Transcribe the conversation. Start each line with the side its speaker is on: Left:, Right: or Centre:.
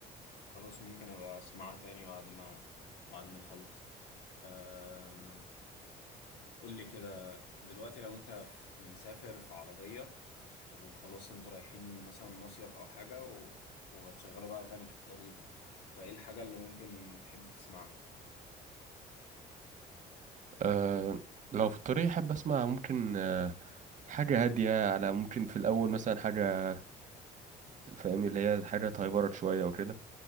Left: خلاص ممكن ابقى اسمعها تاني بعد ما بعد ما نخلص أم... قول لي كده دلوقتي لو انت في- مسافر في عربية وخلاص انتوا رايحين مثلا مصيف او حاجة و... وهتشغلوا بقى اغاني في الطريق فايه الحاجة اللي ممكن تحب تسمعها
Right: أه لو في الطريق احب اسمع ممكن أه حاجه هاديه على ممكن في الاول مثلا حاجه فاهمني اللي هي حاجه تهيبرت شويه وكده